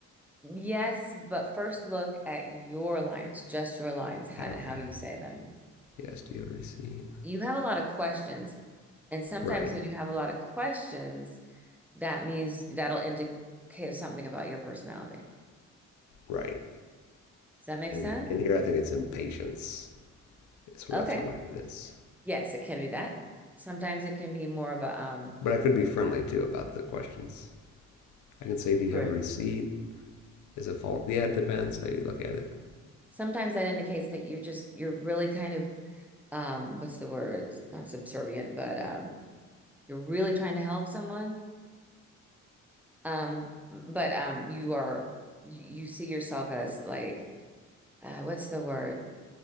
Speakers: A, in the centre; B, on the left (about 75°).
A: Yes, but first look at your lines, just your lines, and
B: Okay.
A: how you say them.
B: Yes. Do you have a receipt?
A: You have a lot of questions, and sometimes
B: Right.
A: when you have a lot of questions, that means that'll indicate something about your personality.
B: Right.
A: Does that make
B: And
A: sense?
B: and here I think it's impatience is what
A: Okay.
B: I feel like it is.
A: Yes, it can be that. Sometimes it can be more of a um
B: But I could be friendly too about the questions. I can say, "Do you
A: True.
B: have a receipt? Is it fault? Yeah, it depends how you look at it.
A: Sometimes that indicates that you're just you're really kind of um what's the word? Not subservient, but um you're really trying to help someone. Um, but um, you are you you see yourself as like uh, what's the word?